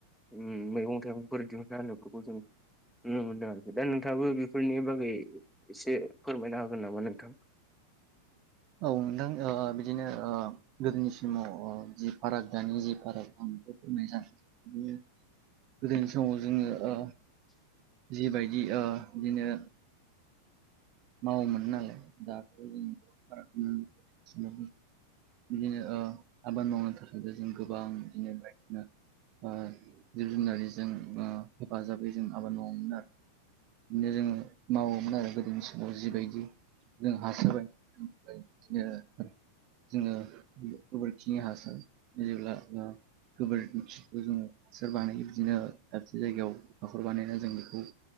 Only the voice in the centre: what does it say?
ओम मैगं थाइगंफोर दिहुनना आलुखोबो जों नुनो मोनदों आरोखि दा नोंथाबो बेफोरनि बागै एसे फोरमायनो हागोन नामा नोंथां।